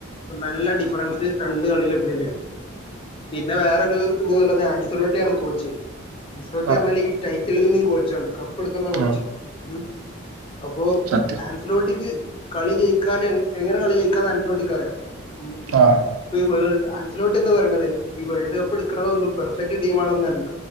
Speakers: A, on the left (about 25°); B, on the right (about 80°).
A: നല്ല ഡിഫറൻസ് പ്പ് യീ രണ്ട് കളിലും <unintelligible> പിന്നെ വേറൊരു ഇത് ത്ന്ന്ള്ളത് ആൻസലോട്ടിയാണ് കോച്ച്. ആമ്സിലോട്ടി
B: ആ
A: അർഞ്ഞാല് ഈ ടൈറ്റിൽ വിന്നിംഗ് കോച്ചാണ് കപ്പ് എട്ക്ക്ന്ന കോച്ച്.
B: ആ,
A: രു അപ്പൊ
B: സത്യം.
A: ആൻസിലോട്ടിക്ക് കളി ജയിക്കാന് എങ്ങനെ കളി ജയിക്കാന്ന് ഹാൻസിലോട്ടിക്ക് അറിയാം ഉം
B: ആഹ്
A: ഇപ്പഈ വേൾഡ് അൻസിലോട്ടി എന്താ പറീണത് ഈ വേൾഡ് കപ്പ് ഇട്ക്ക്‌ണതൊന്നും പെർഫെക്റ്റ് ടീമാെളൊന്നല്ല